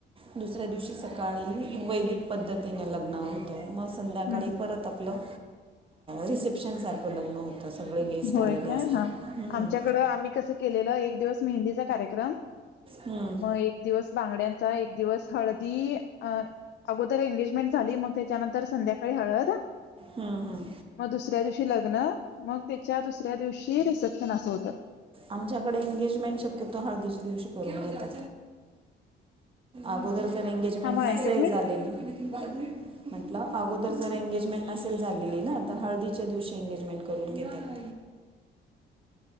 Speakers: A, on the right; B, on the left.
A: दुसऱ्या दिवशी सकाळी वैदिक पद्धतीने लग्न होतं. मस्त संध्याकाळी
B: हम्म
A: परत आपलं रिसेप्शनसारखं लग्न होतं. सगळे गेस्ट
B: होय
A: आलेले
B: काय
A: असतात
B: हा,
A: हम्म,
B: आमच्याकडं आम्ही कसं केलेलं, एक दिवस मेहंदीचा कार्यक्रम
A: हम्म,
B: मग एक दिवस बांगड्यांचा, एक दिवस हळदी अ अगोदर एंगेज एंगेजमेंट झाली. मग त्याच्या नंतर संध्याकाळी हळद.
A: हम्म, हम्म.
B: मग दुसऱ्या दिवशी लग्न. मग तेच्या त्या दुसऱ्या दिवशी. रिसेप्शन असं होत.
A: आमच्याकडे एंगेजमेंट शक्यतो हळदीच्या दिवशी करून घेतात. अगोदर तर एंगेजमेंट
B: थांबा
A: नसेेल
B: एकच मिनिट
A: झालेली. म्हटलं अगोदर जर एंगेजमेंट नसेल झालेली ना, तर हळदीच्या दिवशी एंगेजमेंट करून घेतात.